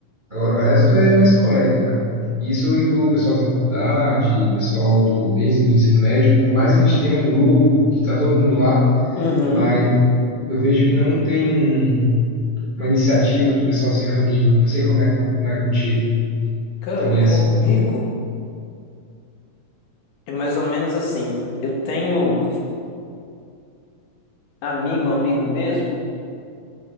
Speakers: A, on the right; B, on the left.
A: Agora o resto é mais colega, cara. Isso inclui o pessoal da faculdade, pessoal do desde o ensino médio, por mais que a gente tenha um grupo que está todo mundo lá,
B: Uhum.
A: mas eu vejo que não tem um- uma iniciativa do pessoal se reunir. Não sei como é, co- como é contigo,
B: Cara,
A: também
B: comigo
A: é assim.
B: é mais ou menos assim. Eu tenho amigo, amigo mesmo.